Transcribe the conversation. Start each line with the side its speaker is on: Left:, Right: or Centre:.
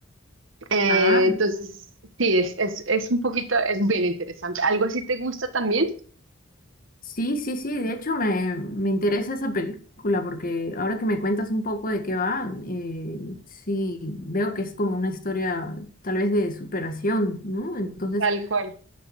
Right: Eh,
Left: Ah,
Right: entonces, sí, es, es, es un poquito, es bien interesante. ¿Algo así te gusta también?
Left: Sí, sí, sí, de hecho me, me interesa esa película porque ahora que me cuentas un poco de qué va, eh, sí, veo que es como una historia tal vez de superación, ¿no? Entonces,
Right: Tal cual.